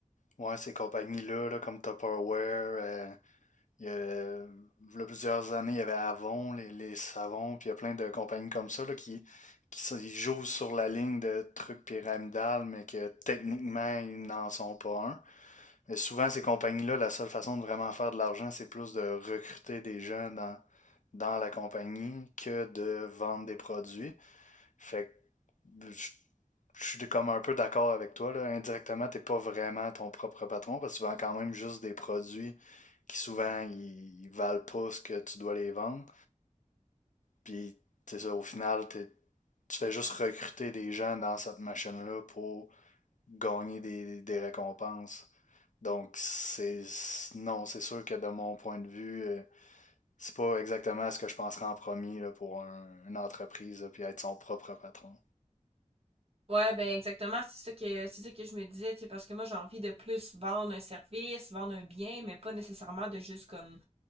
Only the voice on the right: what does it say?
Ouais, ben exactement, c'est ça que c'est ça que je me disais, tu sais, parce que moi j'ai envie de plus vendre un service, vendre un bien, mais pas nécessairement de juste comme